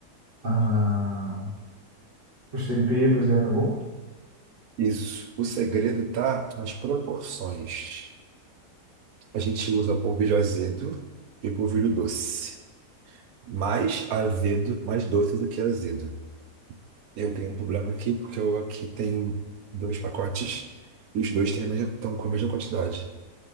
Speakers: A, on the right; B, on the right.
A: a, os temperos e acabou?
B: Isso. O segredo tá nas proporções. A gente usa polvilho azedo e polvilho doce. mais azedo, mais doce do que azedo. Eu tenho um problema aqui porque eu aqui tenho dois pacotes e os dois têm a mesma- estão com a mesma quantidade.